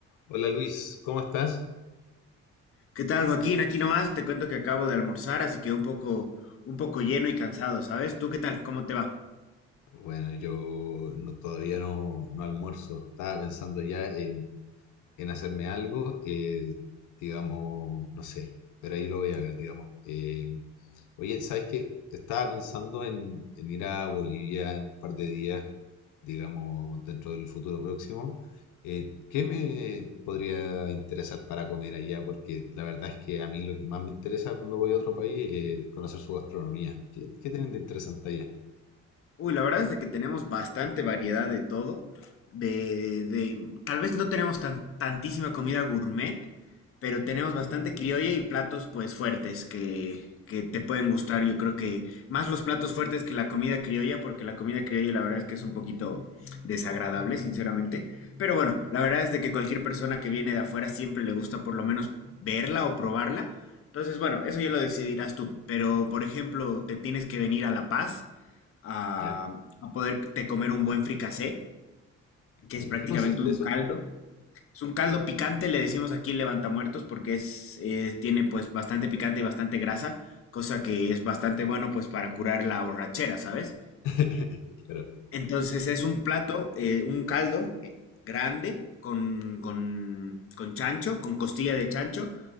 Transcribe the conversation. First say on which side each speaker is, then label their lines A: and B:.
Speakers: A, on the left (about 85°); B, on the left (about 45°).
A: Hola Luis, ¿cómo estás?
B: ¿Qué tal, Joaquín? Aquí nomás te cuento que acabo de almorzar, así que un poco, un poco lleno y cansado, ¿sabes? ¿Tú qué tal? ¿Cómo te va?
A: Bueno, yo no- todavía no, no almuerzo. Estaba pensando ya en, en hacerme algo, eh, digamos, no sé, pero ahí lo voy a ver, digamos. Eh, oye, ¿sabes qué? Estaba pensando en, en ir a Bolivia en un par de días, digamos, dentro del futuro próximo. Eh, ¿qué me podría interesar para comer allá? Porque la verdad es que a mí lo que más me interesa cuando voy a otro país es conocer su gastronomía. ¿Qué, qué tienen de interesante allá?
B: Uy, la verdad es de que tenemos bastante variedad de todo. De, de- tal vez no tenemos tan, tantísima comida gourmet, pero tenemos bastante criolla y platos pues fuertes que, que te pueden gustar. Yo creo que más los platos fuertes que la comida criolla, porque la comida criolla la verdad es que es un poquito desagradable, sinceramente. Pero bueno, la verdad es de que cualquier persona que viene de afuera siempre le gusta por lo menos verla o probarla. Entonces, bueno, eso ya lo decidirás tú. Pero, por ejemplo, te tienes que venir a La Paz a,
A: ¿Ya?
B: a poderte comer un buen fricasé, que
A: ¿En
B: es prácticamente
A: qué consiste
B: un
A: eso?
B: caldo. Es un caldo picante, le decimos aquí levantamuertos, porque es, eh, tiene pues bastante picante y bastante grasa, cosa que es bastante bueno pues para curar la borrachera, ¿sabes?
A: <laughs> Claro,
B: Entonces es
A: entiendo.
B: un plato, eh, un caldo eh, grande con, con, con chancho, con costilla de chancho,